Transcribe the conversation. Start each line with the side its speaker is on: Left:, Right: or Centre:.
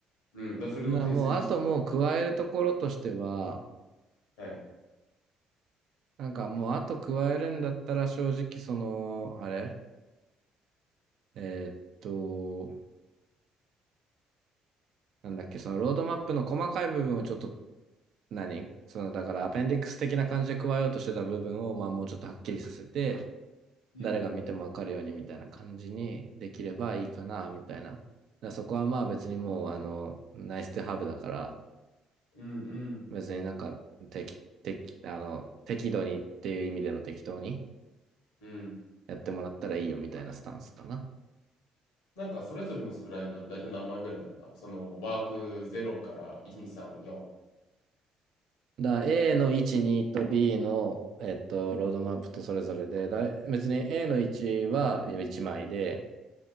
Left: うん、だからそれの訂正でし
Right: な、もうあともう加えるところとしては、
Left: た。はい。
Right: なんかもうあと加えるんだったら正直その、あれえーっと、なんだっけ、そのロードマップの細かい部分をちょっと何そのだからアペンディックス的な感じで加えようとしてた部分をまあもうちょっとはっきりさせて、
Left: うん、
Right: 誰が見てもわかるようにみたいな感じにできればいいかな、みたいな。だからそこはまあ別にもう、あの、ナイスとハブだから、
Left: うん、うん、
Right: 別になんか適、適、あの、適度にっていう意味での適当に
Left: うん。
Right: やってもらったらいいよみたいなスタンスかな。
Left: なんか、それぞれのスライド、大体何枚ぐらいだったその、ワークゼロから1、2、3、4。
Right: だから A の1、2と B の、えっと、ロードマップとそれぞれで、だ別に A の1は1枚で、